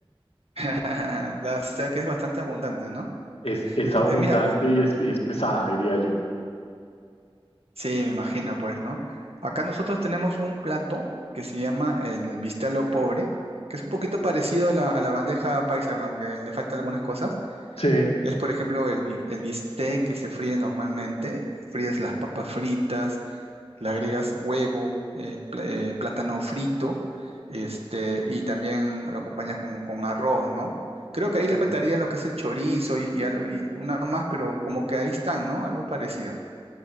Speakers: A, on the right; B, on the left.
A: <laughs> Ya, O sea que es bastante abundante, ¿no?
B: Es, es
A: Eh,
B: abundante
A: eh, mira,
B: y es, y es pesada, diría yo.
A: sí, me imagino, pues, ¿no? Acá nosotros tenemos un plato que se llama el bistec a lo pobre, que es un poquito parecido a la, a la bandeja paisa, aunque le faltan algunas cosas.
B: Sí,
A: Es, por ejemplo, el, bi- el bistec que se fríe normalmente, fríes las papas fritas, Le agregas huevo, eh, pl- eh, plátano frito, este, y también lo acompañas con, con arroz, ¿no? Creo que ahí
B: Sí.
A: le faltaría lo que es el chorizo y, y algo- y una más, pero como que ahí están, ¿no? Algo parecido,